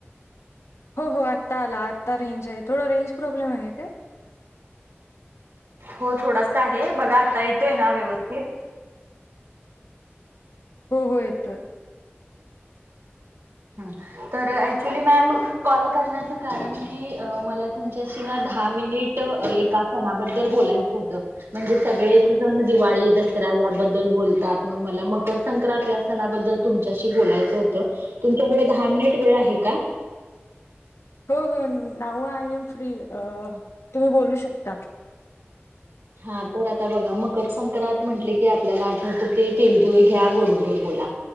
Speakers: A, on the left (about 80°); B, on the right (about 70°).
A: हो हो आत्ता आला आता रेंज आहे थोडं रेंज प्रॉब्लेम आहे काय
B: हो थोडस आहे बघा आता येतोय ना व्यवस्थित <inaudible>
A: हो हो येतोय.
B: एक्च्युली मॅम कॉल करण्याच कारण की मला तुमच्याशी दहा मिनिट एका सणाबद्दल बोलायचं होत म्हणजे सगळेच जण दिवाळी, दसरा याबद्दल बोलतात मग मला मकर संक्रांत या सणाबद्दल तुमच्याशी बोलायचं होत तुमच्याकडे दहा मिनिट वेळ आहे का
A: हो हो नाव आय एम फ्री तुम्ही बोलू शकता
B: हा तर आता बघा मकर संक्रांत म्हटले की आपल्याला आठवतं ते तिळगुळ घ्या गोड गोड गोड ला